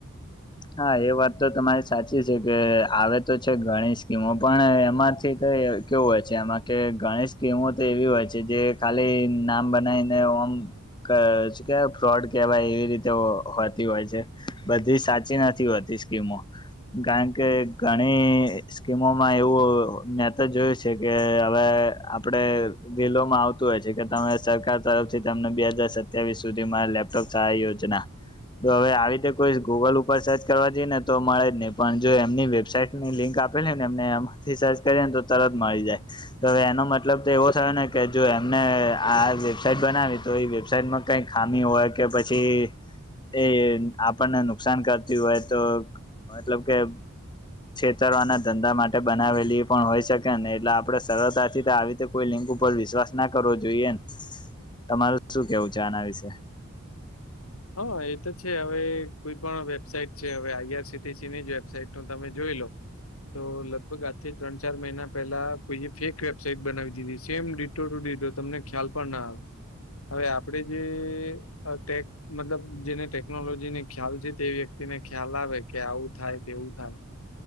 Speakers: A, on the left; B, on the left.
A: હા એ વાત તો તમારી સાચી છે, કે આવે તો છે ગણી સ્કીમો, પણ એમાંથી તો કેવું હોય છે, એમાં કે ઘણી સ્કીમો તો એવી હોય છે જે ખાલી નામ બનાવીને ઓમ ક શું કેવાય, ફ્રોડ કેવાય એ રીતે હોતી હોય છે, બધી સાચી નથી હોત તી સ્કીમો, કારણકે ઘણી સ્કીમોમાં એવું ઓ, મેતો જોયું છે કે, હવે આપડે ધીલોમાં આવતું હોય છે, કે તમે સરકાર તરફથી તમને બે હાજાર સત્યાવીસ સુધી મા લેપ સવચાઈ યોજના, તો હવે આવીતે કોઈ ગૂગલ ઉપ ઉપ સર્ચ કરવા જઈએ ને તો મળે જ નહી, પણ જો એમની વેબસાઈટની લિંક આપેલી ને એમને એમ થી સર્ચ કરીએ ને તો તરત મળી જાય. તો હવે એનો મતલબ તો એવો થયોને કે, જો એમને આ વેબસાાઈટ બનાવી, તો એ વેબસાાઈટમાં કઈ ખામી હોય કે, પછી એ આપણને નુકસાન કર ટી હોય તો, મતલબ કે છેતરવાના ધંધા માટે બનાવેલી પણ હોય શકે ને, એટલે આપડે સરળતાથી આવી રીતે કોઈ લિંક ઉપર વિશ્વાસ ના કરવો જોઈએ ન તમારું શું કેવું છે? આના વિશે.
B: હા એ તો છે, હવે કોઈ પણ વેબસાાઈટ છે, હવે આઈ આર સી સી ની જ વેબસાાઈટ નું તમે જોઈલો તો લગભગ આજથી ત્રણ ચાર મહિના પહેલા કોઈએ ફેક વેબસાઇટ બનાવી દીધી, સેમ ડિટો ટુ ડિટો તમને ખ્યાલ પણ ના આવે. હવે આપડે જે અ ટેક. મતલબ જેને ટેકનોલોજીની ખ્યાલ છે, તે વ્યક્તિને ખ્યાલ આવે કે આવું થાય, તેવું થાય.